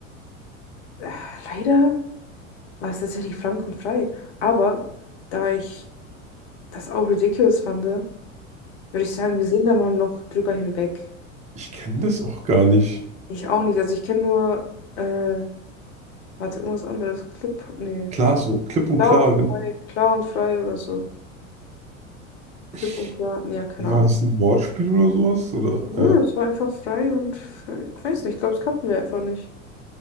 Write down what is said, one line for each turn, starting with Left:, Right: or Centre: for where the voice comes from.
Left: Äh, leider war es tatsächlich Frank und frei, aber da ich das auch ridiculous fand, würde ich sagen, wir sehen da mal noch drüber hinweg.
Right: Ich kenne das auch gar nicht.
Left: Ich auch nicht. Also ich kenne nur, äh, warte, irgendwas anderes. Clip, nee.
Right: Klaas und klipp und
Left: Klar
Right: klar.
Left: und
Right: gen-
Left: frei. Klar und frei oder so. Clip
Right: Ich,
Left: und klar. Nee, ja, keine
Right: war
Left: Ahnung.
Right: das ein Wortspiel oder sowas? Oder?
Left: Ja,
Right: Ja,
Left: es war einfach frei und frei. Ich weiß nicht, ich glaube, es kannten wir einfach nicht.